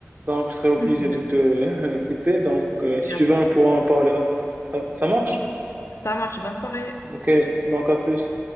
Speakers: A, on the right (about 40°); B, on the left (about 70°).
A: Donc, je serai obligé
B: D'accord.
A: de te <laughs> quitter. Donc, euh, si
B: Il n'y
A: tu
B: a pas
A: veux, on
B: de souci.
A: pourra en parler. Ça, ça marche?
B: Ça marche. Bonne soirée.
A: Ok, donc à plus.